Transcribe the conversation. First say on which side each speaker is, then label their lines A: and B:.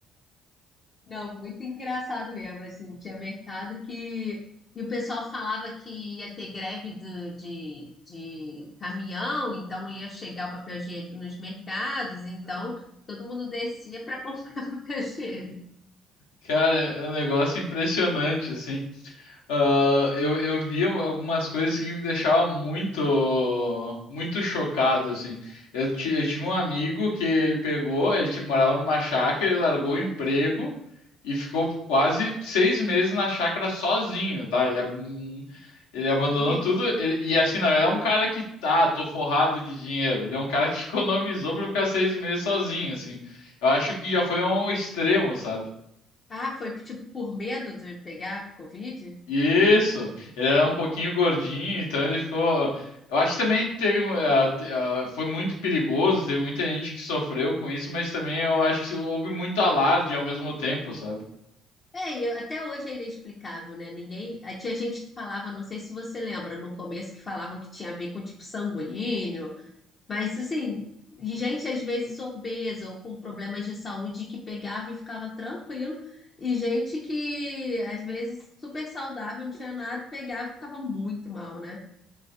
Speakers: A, on the left (about 40°); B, on the left (about 80°).
A: Não, muito engraçado mesmo, assim, tinha mercado que... E o pessoal falava que ia ter greve do- de, de caminhão, então não ia chegar o papel higiênico nos mercados, então todo mundo descia para comprar <laughs> papel higiênico.
B: Cara, é um negócio impressionante, assim. Ah, eu, eu vi um, algumas coisas assim, que me deixavam muito, muito chocado, assim. Eu, ti- eu tive um amigo que ele pegou, ele tipo, morava numa chácara, ele largou o emprego e ficou quase seis meses na chácara sozinho, tá? Ele, ab- ele abandonou
A: E-
B: tudo. ele- e assim, não, ele é um cara que tá, tô forrado de dinheiro. Ele é um cara que <laughs> economizou pra ficar seis meses sozinho, assim. Eu acho que já foi um extremo, sabe?
A: ah, foi tipo por medo de pegar Covid?
B: Isso, ele era um pouquinho gordinho, então ele ficou. Eu acho que também teve. ah, te- ah, foi muito perigoso, teve muita gente que sofreu com isso, mas também eu acho que houve muito alarde ao mesmo tempo, sabe?
A: É, e até hoje é inexplicável, né? Ninguém. Aí tinha gente que falava, não sei se você lembra, no começo que falavam que tinha a ver com tipo sanguíneo. Mas assim, de gente às vezes obesa ou com problemas de saúde que pegava e ficava tranquilo, e gente que às vezes super saudável, não tinha nada, pegava e ficava muito mal, né?